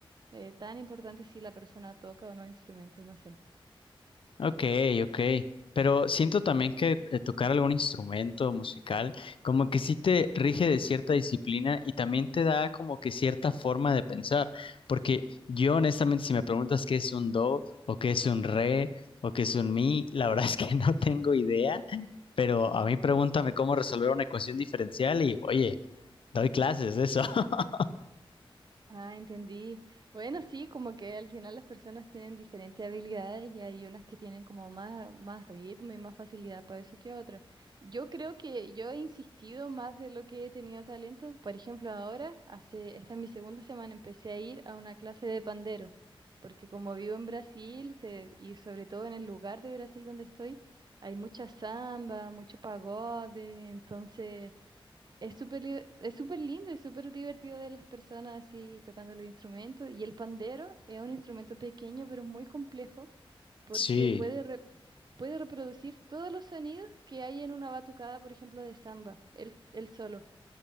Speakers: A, on the right; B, on the left.
A: eh, tan importante si la persona toca o no instrumentos, no sé.
B: Ok, ok. Pero siento también que eh, tocar algún instrumento musical como que sí te rige de cierta disciplina y también te da como que cierta forma de pensar. Porque yo honestamente si me preguntas qué es un do o qué es un re o qué es un mi, <laughs> la verdad es que <laughs> no tengo idea. Pero a mí pregúntame cómo resolver una ecuación diferencial y oye, doy clases de eso. <laughs>
A: Ah, entendí. Bueno, sí, como que al final las personas tienen diferentes habilidades y hay unas que tienen como más, más ritmo y más facilidad para eso que otras. Yo creo que yo he insistido más de lo que he tenido talento. Por ejemplo, ahora, hace, esta es mi segunda semana, empecé a ir a una clase de pandero, porque como vivo en Brasil se- y sobre todo en el lugar de Brasil donde estoy, hay mucha samba, mucho pagode, entonces... Es súper li- es súper lindo y súper divertido ver las personas así tocando los instrumentos. Y el pandero es un instrumento pequeño pero muy complejo porque
B: Sí.
A: puede, re- puede reproducir todos los sonidos que hay en una batucada, por ejemplo, de samba, él, él solo.